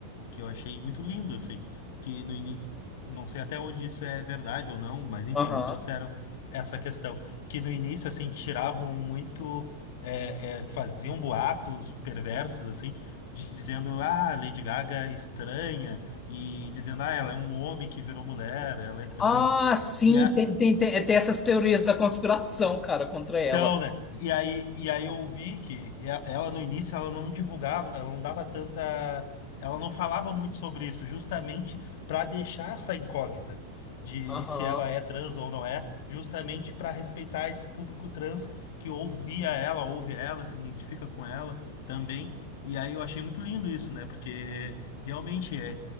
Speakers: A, on the left; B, on the left.
A: que eu achei muito lindo, assim, que no ini... não sei até onde isso é verdade ou não, mas enfim,
B: Aham.
A: me trouxeram essa questão, que no início, assim, tiravam muito, é, é, faziam boatos perversos, assim, de- dizendo, ah, Lady Gaga é estranha, e dizendo, ah, ela é um homem que virou mulher, ela é trans,
B: Ah, sim,
A: e a...
B: tem, tem, tem, tem essas teorias da conspiração, cara, contra ela.
A: Então, né? E aí, e aí eu ouvi que e a- ela no início ela não divulgava, ela não dava tanta, ela não falava muito sobre isso, justamente para deixar essa incógnita de
B: Aham.
A: se ela é trans ou não é, justamente para respeitar esse público trans que ouvia ela, ouve ela, se identifica com ela também. E aí eu achei muito lindo isso, né? Porque realmente é,